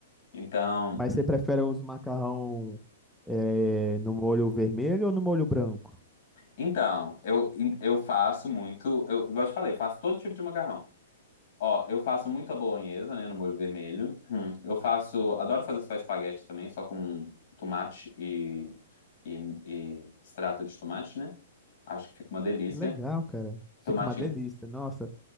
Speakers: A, on the left; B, in the centre.
A: Então,
B: Mas você prefere os macarrão eh, no molho vermelho ou no molho branco?
A: então eu, eu faço muito. Eu, igual eu te falei, faço todo tipo de macarrão. Ó, eu faço muito a bolonhesa, né, no molho vermelho. Hum. Eu faço, adoro fazer só espaguete também, só com tomate e, e, e extrato de tomate, né? Acho que fica uma delícia.
B: Que legal, cara.
A: Tomatinho,
B: Fica uma delícia. Nossa,